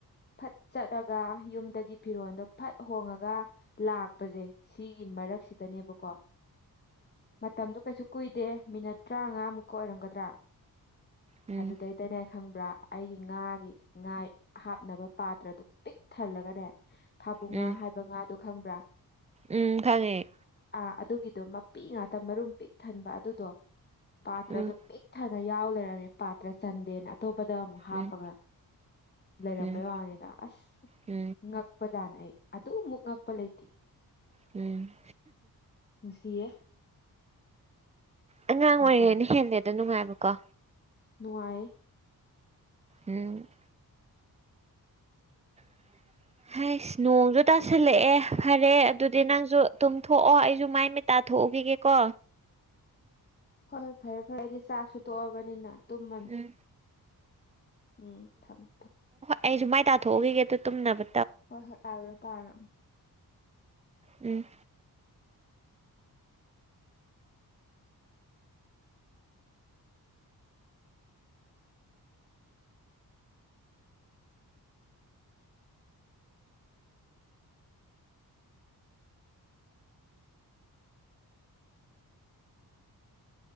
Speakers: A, on the left; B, on the right.
A: ꯐꯠ ꯆꯠꯂꯒ ꯌꯨꯝꯗꯒꯤ ꯐꯤꯔꯣꯜꯗꯣ ꯐꯠ ꯍꯣꯡꯉꯒ ꯂꯥꯛꯄꯁꯦ ꯁꯤ ꯁꯤꯒꯤ ꯃꯔꯛꯁꯤꯗꯅꯦꯕꯀꯣ ꯃꯇꯝꯗꯣ ꯀꯩꯁꯨ ꯀꯨꯏꯗꯦ ꯃꯤꯅꯠ ꯇ꯭ꯔꯥꯉꯥꯃꯨꯛꯀ ꯑꯣꯏꯔꯝꯒꯗ꯭ꯔꯥ
B: ꯎꯝ ꯎꯝ
A: ꯑꯗꯨꯗꯩꯗꯅꯦ ꯈꯪꯕ꯭ꯔꯥ ꯑꯩꯒꯤ ꯉꯥꯒꯤ ꯉꯥ ꯍꯥꯞꯅꯕ ꯄꯥꯇ꯭ꯔꯗꯨ ꯄꯤꯛ ꯊꯜꯂꯒꯅꯦ ꯐꯥꯕꯨꯡꯉꯥ
B: ꯎꯝ
A: ꯍꯥꯏꯕ ꯉꯥꯗꯣ ꯈꯪꯕ꯭ꯔꯥ
B: ꯎꯝ ꯈꯪꯉꯦ
A: ꯑꯥ ꯑꯗꯨꯒꯤꯗꯣ ꯃꯄꯤ ꯉꯥꯛꯇ ꯃꯔꯨꯝ ꯄꯤꯛ ꯊꯟꯕ ꯑꯗꯨꯗꯣ ꯄꯥꯇ꯭ꯔꯗꯣ
B: ꯎꯝ
A: ꯄꯤꯛ ꯊꯟ ꯅ ꯌꯥꯎ ꯂꯩꯔꯝꯃꯦ ꯄꯥꯇ꯭ꯔ ꯆꯟꯗꯦꯅ ꯑꯇꯣꯞꯄꯗ ꯑꯃꯨꯛ ꯍꯥꯞꯄꯒ
B: ꯎꯝ
A: ꯂꯩꯔꯝꯕꯩ
B: ꯎꯝ
A: ꯋꯥꯅꯤꯗ ꯑꯁ
B: ꯎꯝ
A: ꯉꯛꯄꯖꯥꯠꯅꯦ ꯑꯩ ꯑꯗꯨꯃꯨꯛ ꯉꯛꯄ ꯂꯩꯇꯦ
B: ꯎꯝ
A: ꯅꯨꯡꯁꯤꯌꯦ
B: ꯑꯉꯥꯡ
A: ꯃꯇꯝ
B: ꯑꯣꯏꯔꯤꯉꯩꯅ ꯍꯦꯜꯂꯦꯗ ꯅꯨꯡꯉꯥꯏꯕꯀꯣ
A: ꯅꯨꯡꯉꯥꯏꯌꯦ
B: ꯎꯝ <inaudible> ꯍꯥꯢꯁ ꯅꯣꯡꯁꯨ ꯇꯥꯁꯜꯂꯛꯑꯦ ꯐꯔꯦ ꯑꯗꯨꯗꯤ ꯅꯪꯁꯨ ꯇꯨꯝꯊꯣꯛꯑꯣ ꯑꯩꯁꯨ ꯃꯥꯏ ꯃꯤꯠ ꯃꯇꯥꯊꯣꯛꯎ ꯈꯤꯒꯦꯀꯣ
A: ꯍꯣꯌ -ꯍꯣꯌ ꯐꯔꯦ- ꯐꯔꯦ ꯑꯩꯗꯤ ꯆꯥꯛꯁꯨ ꯇꯣꯛꯑꯕꯅꯤꯅ ꯇꯨꯝꯃꯅꯤ
B: ꯎꯝ
A: ꯎꯪ ꯊꯝꯊꯝ
B: ꯑꯩꯖꯨ ꯃꯥꯏ ꯇꯥꯊꯣꯛꯎꯈꯤꯒꯦ ꯑꯗꯨ ꯇꯨꯝꯅꯕ
A: ꯍꯣꯌ ꯍꯣꯌ ꯇꯥꯔꯨꯔꯣ ꯇꯥꯔꯨꯔꯣ
B: ꯎꯪ